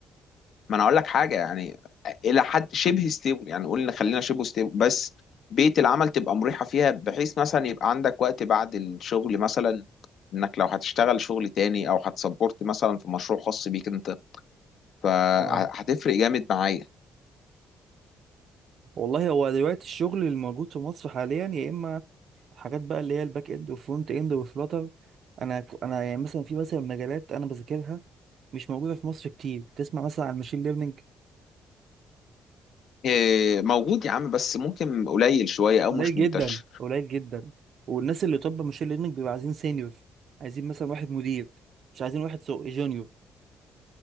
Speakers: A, on the left; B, on the right.
A: ما انا اقول لك حاجه يعني الى حد شبه ستيبل يعني قلنا خلينا شبه ستيبل بس بيئه العمل تبقى مريحه فيها بحيث مثلا يبقى عندك وقت بعد الشغل مثلا انك لو هتشتغل شغل تاني او هتسبورت مثلا في مشروع خاص بيك انت فهتفرق
B: اه
A: جامد معايا
B: والله هو دلوقتي الشغل الموجود في مصر حاليا يا اما حاجات بقى اللي هي الباك اند والفرونت اند والفلاتر انا ك- انا يعني مثلا في مثلا مجالات انا بذاكرها مش موجودة في مصر كتير تسمع مثلا عن الماشين ليرنينج
A: إيه، موجود يا عم بس ممكن قليل شويه او
B: قليل
A: مش
B: جدا
A: منتشر
B: قليل جدا والناس اللي طب ماشين ليرنينج بيبقى عايزين سينيور عايزين مثلا واحد مدير مش عايزين واحد سو جونيور